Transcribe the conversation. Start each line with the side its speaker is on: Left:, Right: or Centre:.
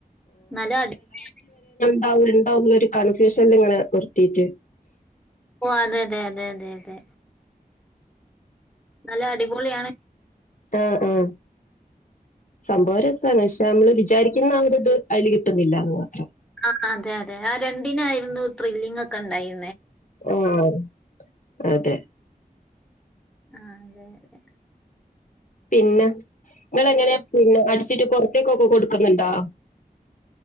Centre: നല്ല <unintelligible>
Left: ണ്ടാവും ഉണ്ടാവും ന്നൊരു കൺഫ്യൂഷൻ ല് നിങ്ങെ നിർത്തിട്ട്- -
Centre: ഓ അതെ അതെ അതെ അതെ അതെ നല്ല അടിപൊളിയാണ്
Left: ആ ആഹ് സംഭവം രസാണ് പക്ഷെ നമ്മള് വിചാരിക്കുന്ന ആ ഒരിത് അതില് കിട്ടുന്നില്ലാന്ന് മാത്രം
Centre: ആ അതെ അതെ ആ രണ്ടിനായിരുന്നു ത്രില്ലിങ് ഒക്കെ ഉണ്ടായി
Left: ആഹ് അതെ
Centre: ആഹ് അതെ അതെ.
Left: പിന്നെ ഇങ്ങളെങ്ങനെ പിന്നെ അടിച്ചിട്ട് പൊറത്തേക്കൊക്കെ കൊടുക്കുന്നുണ്ടോ